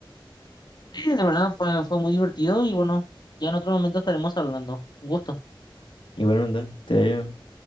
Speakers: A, on the left (about 55°); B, on the left (about 70°).
A: Sí, de verdad fue, fue muy divertido y bueno, ya en otro momento estaremos hablando. Un gusto.
B: Igualmente, te vaya bien.